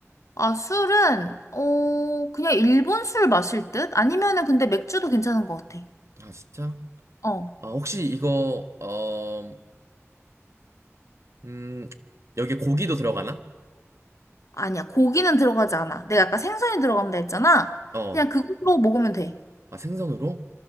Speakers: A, on the left; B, on the right.
A: 아, 술은, 어, 그냥 일본 술 마실 듯? 아니면은 근데 맥주도 괜찮은 것 같아.
B: 아, 진짜?
A: 어.
B: 아, 혹시 이거 어, 음, 여기 고기도 들어가나?
A: 아니야, 고기는 들어가지 않아. 내가 아까 생선이 들어간다 했잖아.
B: 어,
A: 그냥 그걸로 먹으면 돼.
B: 아, 생선으로?